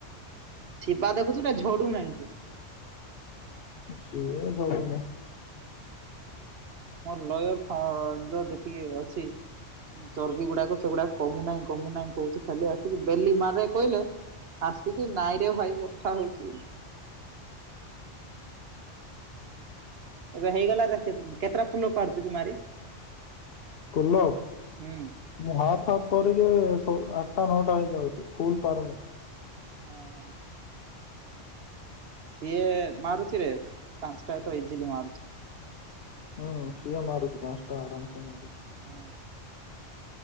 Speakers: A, on the right; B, on the left.
A: ଶିବା ଦେଖୁଛୁା ଝଡୁନାହିଁ ସେ।
B: ସେଇ ଝଡ଼ୁନି।
A: ମୋ ଲୟର ଯୋଉ ଯେତିକି ଅଛି ଚର୍ବି ଗୁଡାକ ସେଗୁଡାକ କମୁନାହିଁ କମୁନାହିଁ କହୁଛି ଖାଲି ଆସଛି ବେଲି ମାର କହିଲେ ଆସୁଛି ନାଇଁରେ ଭାଇ ବଥା ହଉଛି। ଏବେ ହେଇଗଲାରେ କେତେଟା ଫୁଲ ଅଫ ପାରୁଛୁ କି ମାରି?
B: ପୁଲ ଅଫ
A: ହୁଁ
B: ମୁ ହାଫ ହଫ କର ଯେ ଆଠଟା ନଅଟା ହେଇଯାଉଛି ଫୁଲ ପାରୁନି।
A: ହଁ ହଁ। ସିଏ ମାରୁଛି ରେ ପାଞ୍ଚଟା ତ ଇଜିଲି ମାରୁଛି।
B: ହୁଁ ସିଅ ମାରୁଛି ପାଞ୍ଚଟା ଆରାମସେ ମାରୁଛି।
A: ହଁ।